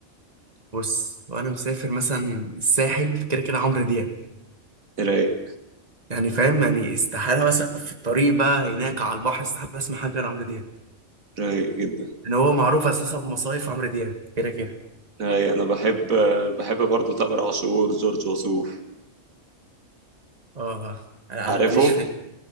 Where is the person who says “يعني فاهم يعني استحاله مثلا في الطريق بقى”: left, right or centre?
Right